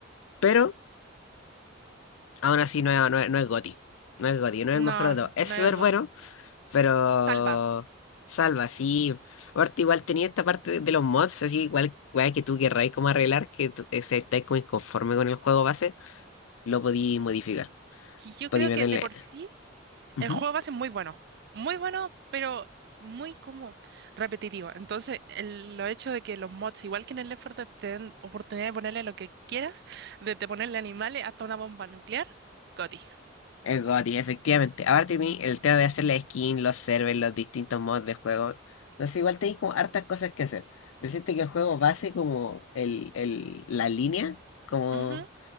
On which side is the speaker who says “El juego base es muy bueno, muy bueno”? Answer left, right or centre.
Right